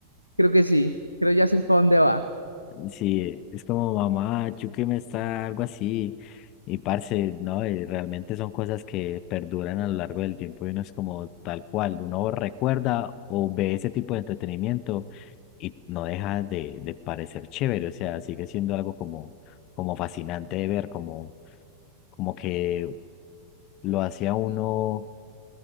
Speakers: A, on the left; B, on the left.
A: Creo que sí. Creo ya sé para dónde va.
B: Sí, es como mamá, Chucky me está algo así. Y parce, no, Y realmente son cosas que perduran a lo largo del tiempo y uno es como tal cual, uno recuerda o ve ese tipo de entretenimiento y no deja de, de parecer chévere, o sea, sigue siendo algo como, como fascinante de ver, como, como que lo hacía uno